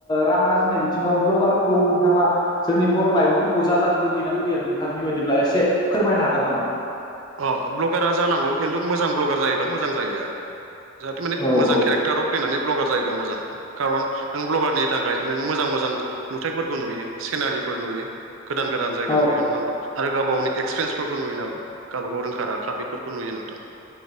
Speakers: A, on the left; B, on the right.
A: रां आरजिनाय बिथिङाव भ्लगारखौ नोंथाङा जोंनि बर' लाइमोनफोरखौ जाजानो लुगैयोना लुगैया नोंथांनि बायदिब्ला एसे फोरमायनो हागोन नामा?
B: अ ब्लगारा जानांगौ खिन्थु मोजां ब्लगार जायोबा मोजां जायो आरो जाहाथे माने
A: औ
B: मोजां
A: औ
B: केरेक्टाराव फैनानै ब्लगार जायोबा मोजां। खारन नों ब्लगारनि थाखाय नोङो मोजां मोजां नुथायफोरखौ नुयो सिनारिफोर नुयो। गोदान गोदान जायगा
A: औ
B: नुयो नङा होमबा आरो गावबा गावनि एक्सपिरिन्सफोरखौ नुयो नालाय। गावबा गाव रोंखा राखा बेफोरखौ नुयो नोंथां।